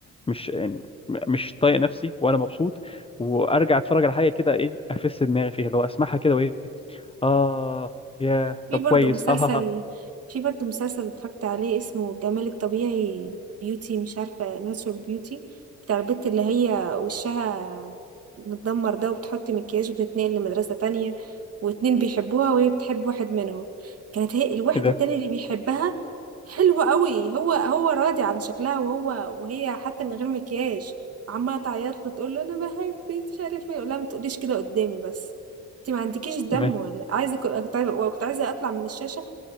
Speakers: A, on the left; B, on the right.
A: مش يعني م- مش طايق نفسي ولا مبسوط وارجع اتفرج على حاجه كده ايه افس دماغي فيها اللي هو اسمعها كده وايه اه يا
B: في
A: طب
B: برضه
A: كويس
B: مسلسل
A: ها ها ها
B: في برضه مسلسل اتفرجت عليه اسمه الجمال الطبيعي بيوتي مش عارفة ناتشورال بيوتي بتاع البت اللي هي وشها متدمر ده وبتحط مكياج وبتتنقل لمدرسة تانية واتنين بيحبوها وهي بتحب واحد منهم كانت هي الواحد
A: ايه ده
B: التاني اللي بيحبها حلوة قوي هو هو راضي عن شكلها وهو وهي حتى من غير مكياج عمالة تعيط له تقول له انا بحبك مش عارف ايه يقول لها ما تقوليش كده قدامي بس انت ما عندكيش دم
A: مم.
B: ولا عايزه كنت كنت عايزه كنت عايزة اطلع من الشاشه